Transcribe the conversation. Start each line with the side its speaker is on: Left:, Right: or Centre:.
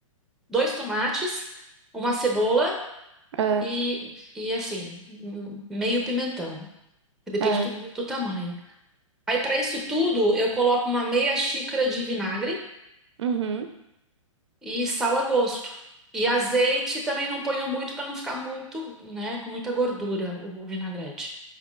Centre: dois tomates, uma cebola
Right: Ah,
Centre: e, e assim, um meio pimentão. que Depende
Right: ah,
Centre: tudo do tamanho. Aí, para isso tudo, eu coloco uma meia xícara de vinagre.
Right: uhum,
Centre: e sal a gosto. E azeite também não ponho muito para não ficar muito, né, com muita gordura o o vinagrete.